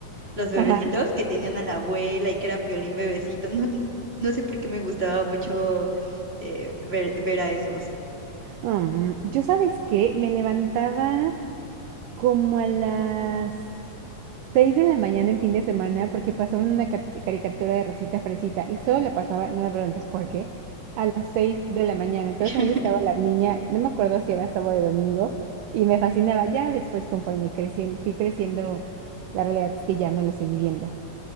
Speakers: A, on the right; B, on the right.
A: los bebecitos
B: Ajá.
A: que tenían a la abuela y que era Piolín bebecito. No, no sé por qué me gustaba mucho eh, ver, ver a esos.
B: Mm, yo, ¿sabes qué? Me levantaba como a las 6 de la mañana en fin de semana porque pasaban una ca- caricatura de Rosita Fresita y solo la pasaba, no me preguntes por qué, a las 6 de la mañana. Entonces
A: <laughs>
B: ahí estaba la niña, no me acuerdo si era sábado o domingo, y me fascinaba ya después conforme creciendo, fui creciendo, la realidad es que ya no lo seguí viendo.